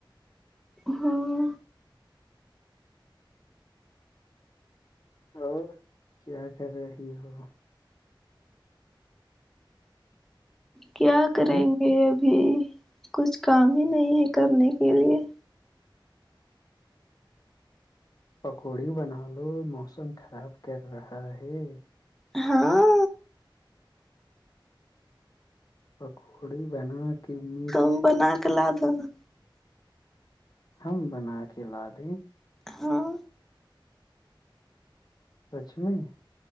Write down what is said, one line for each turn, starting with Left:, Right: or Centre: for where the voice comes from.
Centre: ہاں
Left: اور کیا کر رہے ہیں وہ
Centre: کیا
Left: ہاں
Centre: کریں گے ابھی کچھ کام ہی نہیں ہے کرنے کے لیے
Left: پکوڑی بنا لو موسم خراب کر رہا ہے
Centre: ہاں
Left: پ کووڑی بنا کے مرچ
Centre: ک بنا کے لا دو نا
Left: ہم بنا کے لا د
Centre: ہاں
Left: لچمی